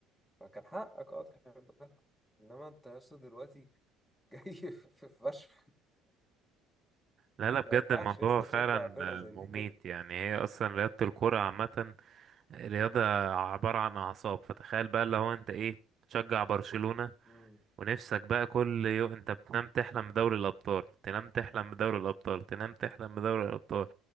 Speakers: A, in the centre; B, on the right.
A: فكان حقك اه تحب ده انما انت يا اسطى دلوقتي <laughs> جاي في فشخ
B: لا لا بجد
A: ما ينفعش
B: الموضوع
A: يا اسطى
B: فعلا
A: تشجع فرقة زي
B: آه، مميت
A: دي كده
B: يعني هي اصلا رياضه الكره عامه رياضه عباره عن اعصاب فتخيل بقى اللي هو انت ايه تشجع برشلونه
A: مم.
B: ونفسك بقى كل يوم انت بتنام تحلم بدوري الابطال تنام تحلم بدوري الابطال تنام تحلم بدوري الابطال